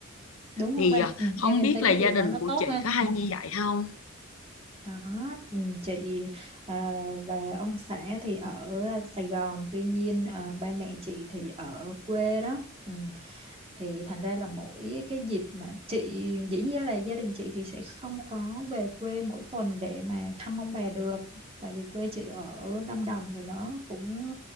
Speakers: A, on the right; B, on the left.
A: đúng không
B: thì
A: em
B: ờ,
A: ừ.
B: không
A: em em
B: biết
A: thấy
B: là
A: cái
B: gia
A: điều
B: đình
A: đó nó
B: của
A: tốt
B: chị
A: ha
B: có hay
A: ừ.
B: như vậy không?
A: Đó, chị chị, à, và ông xã thì ở Sài Gòn, tuy nhiên à, ba mẹ chị thì ở quê đó. Ừ. thì thành ra là mỗi cái dịp mà chị dĩ nhiên là gia đình chị thì sẽ không có về quê mỗi tuần để mà thăm ông bà được tại vì quê chị ở Lâm Đồng thì nó cũng